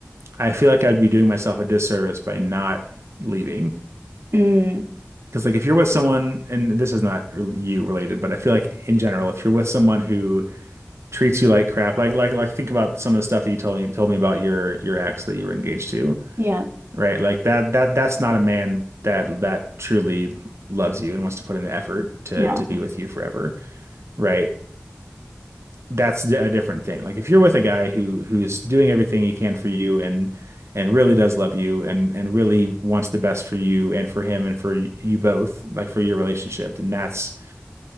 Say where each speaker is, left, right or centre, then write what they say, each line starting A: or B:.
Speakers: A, on the right; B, on the right.
A: I feel like I'd be doing myself a disservice by not leaving.
B: Mm.
A: Because like if you're with someone, and this is not you related, but I feel like in general, if you're with someone who treats you like crap, like like like think about some of the stuff that you told me told me about your your ex that you were engaged to,
B: Yeah.
A: right? Like that that that's not a man that that truly loves you and wants to put in the effort to
B: No.
A: to be with you forever, right? that's a different thing. Like if you're with a guy who who's doing everything he can for you and and really does love you and and really wants the best for you and for him and for you both, like for your relationship, then that's